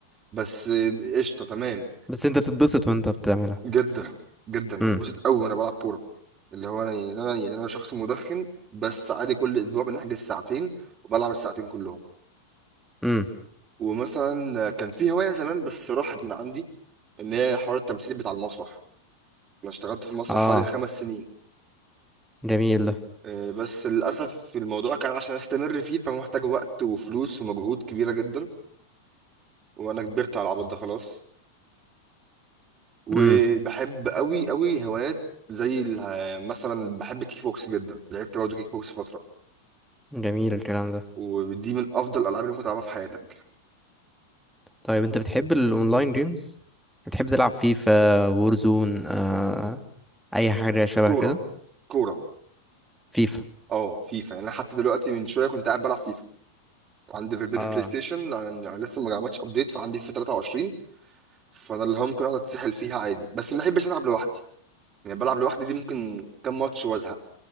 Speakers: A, on the right; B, in the centre.
A: بس قشطه تمام
B: بس انت بتتبسط وانت بتعملها
A: جدا جدا انا
B: امم
A: ببسط قوي وانا بلعب كوره اللي هو انا يعني انا يعني انا شخص مدخن بس عادي كل اسبوع بنحجز ساعتين وبلعب الساعتين كلهم
B: امم
A: ومثلا كان في هواية زمان بس راحت من عندي ان هي حوار التمثيل بتاع المسرح انا اشتغلت في مسرح
B: اه
A: حوالي خمس سنين
B: جميل ده
A: آه، بس للأسف الموضوع كان عشان استمر فيه فمحتاج وقت وفلوس ومجهود كبيرة جدا وانا كبرت على العبط ده خلاص وبحب
B: امم
A: قوي قوي هوايات زي ال- آه، مثلا بحب الكيك بوكس جدا لعبت برضه كيك بوكس فترة
B: جميل الكلام ده
A: ودي من افضل الالعاب اللي ممكن تلعبها في حياتك
B: طيب انت بتحب الاونلاين جيمز بتحب تلعب فيفا وورزون آه... اي حاجه شبه
A: كورة
B: كده
A: كورة
B: فيفا
A: اه فيفا يعني انا حتى دلوقتي من شوية كنت قاعد بلعب فيفا عندي في البيت
B: اه
A: البلاي ستيشن لان يعني لسه ما جمعتش ابديت فعندي في 23 فانا اللي هو ممكن اقعد اتسحل فيها عادي بس ما بحبش العب لوحدي يعني بلعب لوحدي دي ممكن كام ماتش وازهق